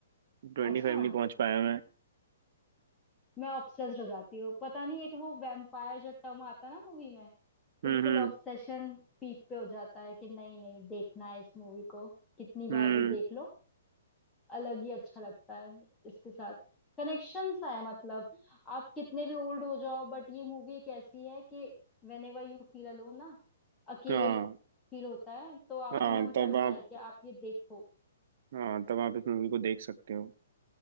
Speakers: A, on the right (about 55°); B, on the left (about 15°).
A: ट्वेंटी
B: अच्छा
A: फाइव नहीं पहुंच पाया मैं
B: मैं ऑब्सेस्ड हो जाती हूँ पता नहीं एक वो वैम्पायर जो टर्म आता है ना मूवी में बिल्कुल
A: हम्म हम्म
B: ऑब्सेशन पीक पे हो जाता है कि नहीं नहीं देखना है इस मूवी को कितनी बार
A: हम्म
B: भी देख लो अलग ही अच्छा लगता है इसके साथ कनेक्शन सा है मतलब आप कितने भी ओल्ड हो जाओ बट ये मूवी एक ऐसी है कि whenever you feel alone ना अकेले
A: हाँ
B: फील होता है तो आपका
A: हाँ
B: मन
A: तब
B: करता
A: आप
B: है कि आप ये देखो
A: हाँ तब आप इस मूवी को देख सकते हो